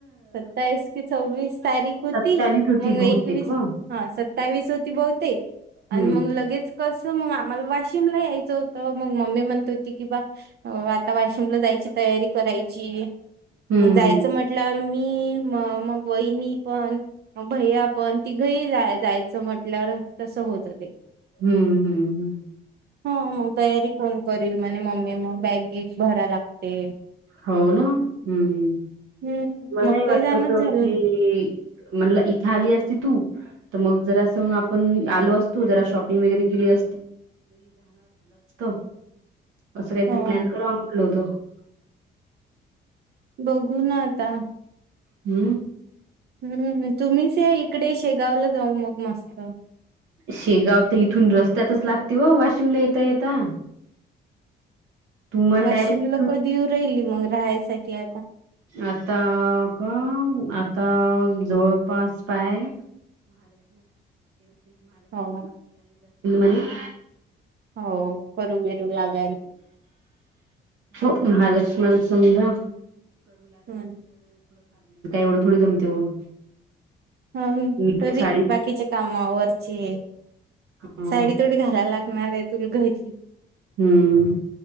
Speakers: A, on the right; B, on the right.
A: सत्तावीस की सव्वीस तारीख होती,
B: सत्तावीस होती
A: मग एकवीस
B: बहुतेक व.
A: हा सत्तावीस होती, बहुतेक आणि
B: हम्म.
A: मग लगेच कस मग आम्हाला वाशिमला यायचं होतं. मग मम्मी म्हणत होती की बा आता वाशिमला जाय तयारी करायची
B: हम्म
A: म्हटल्यावर मी, म मग वहिनी पण, मग भैया पण, तिघही जा. जायचं म्हटल्यावर - <unintelligible>
B: हम्म, हम्म, हम्म.
A: ह मग तयारी कोण करील? म्हणे मम्मी मग बॅग-बिग भरा लागते.
B: हाव न? हम्म,
A: हम्म
B: मलेही
A: मग काही
B: वाटलं
A: जाणच
B: होत
A: झालं
B: की - म्हणल इथे आली असती, तू त मग जरासं, आपण आलो असतो. जरा शॉपिंग वगैरे केल - <unintelligible>
A: <inaudible>
B: <unintelligible>
A: हा बघू ना आता...
B: हम्म -
A: हूं, हूं, तुम्हीच या इकडे. शेगावला जाऊ मग मस्त.
B: शेगाव तर इथून रस्त्यातच लागते व, वाशिमले येेता- येता. तुम्हाला
A: वाशिमला
B: डायरेक्ट इथून
A: कधी येऊ राहिली? मग राहायसाठी आता.
B: आता का? आता जवळपास पाय -
A: हो
B: <unintelligible>
A: <unintelligible>
B: हो, महालक्ष्मी समजा.
A: हम्म
B: <unintelligible>
A: <unintelligible>
B: मी तर साडी
A: <unintelligible>
B: हम्म हम्म.